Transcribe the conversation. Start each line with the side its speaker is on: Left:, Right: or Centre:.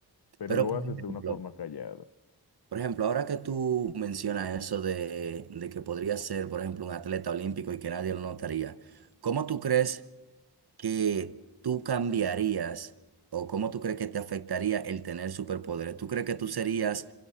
Left: pero
Right: Pero
Left: lo
Right: por
Left: haces
Right: ejemplo,
Left: de una forma callada.
Right: Por ejemplo, ahora que tú mencionas eso de, de que podría ser, por ejemplo, un atleta olímpico y que nadie lo notaría, ¿cómo tú crees que tú cambiarías o cómo tú crees que te afectaría el tener superpoderes? ¿Tú crees que tú serías